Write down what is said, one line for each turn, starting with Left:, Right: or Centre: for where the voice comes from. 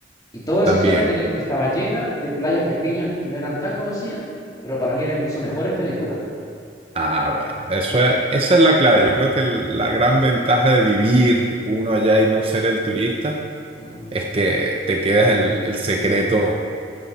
Left: y toda
Right: también.
Left: esa zona teni- estaba llena de playas pequeñas que no eran tan conocidas, pero para mí eran incluso mejores que Alícuara.
Right: Ah, bueno, eso es, esa es la clave. Yo creo que el- la gran ventaja de vivir uno allá y no ser el turista
Left: Mm,
Right: es que te quedas el, el secreto